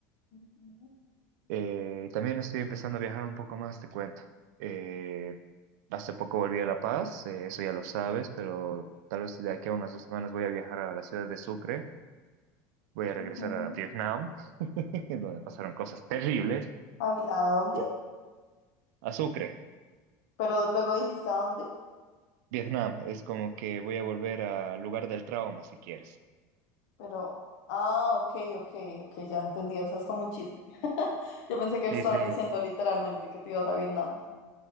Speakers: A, on the left; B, on the right.
A: Ujú,
B: Eh, también estoy empezando a viajar un poco más, te cuento. Eh, hace poco volví a La Paz, eh, eso ya lo sabes, pero tal vez de aquí a unas dos semanas voy a viajar a la ciudad de Sucre, voy a regresar
A: ujú.
B: a Vietnam, <laughs> donde pasaron cosas terribles.
A: ¿A, vi- a dónde?
B: Pe- A Sucre,
A: Pero luego dijiste a dónde,
B: Vietnam, es como que voy a volver al lugar del trauma, si quieres.
A: pero... Ah, ok, ok, ok, ya entendí, o sea, es como un chiste. <laughs> Yo pensé que le
B: Sí,
A: estabas
B: sí.
A: diciendo literalmente que te ibas a Vietnam.